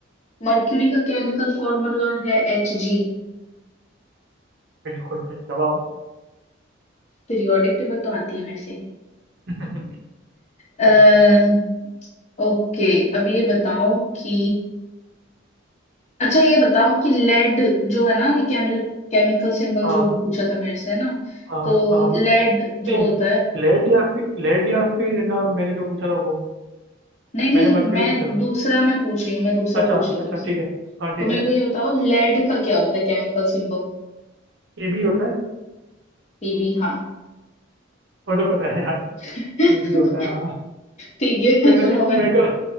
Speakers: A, on the left; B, on the right.
A: मर्क्यूरी का केमिकल फॉर्मूला है एच जी
B: बिल्कुल सही जवाब
A: पीरियोडिक टेबल तो आती है मेरे से
B: <laughs>
A: अः
B: सही है
A: ओके अब ये बताओ कि अच्छा ये बताओ कि लेड जो है ना अभी केमिकल केमिकल सिंबल
B: हाँ
A: जो पूछा था मेरे से है ना
B: हाँ
A: तो
B: हाँ
A: लेड जो
B: नहीं
A: होता है
B: लेड या फिर लेड या फिर है ना मैंने जो पूछा था वो
A: नहीं नहीं
B: मैंने मर्क्यूरी
A: मैं
B: पूछा था
A: दूसरा मैं पूछ रही हूँ मैं दूसरा
B: अच्छा
A: पूछ रही हूँ
B: अच्छा
A: तुमसे
B: ठीक है हाँ ठीक
A: तो मेरे
B: है
A: को ये बताओ लेड का क्या होता है केमिकल सिंबल
B: ई होता है
A: पीबी हाँ
B: वो तो पता है यार
A: <laughs>
B: ये भी होता है हाँ
A: ठीक है
B: जैसे
A: चलो मैं
B: मेरे को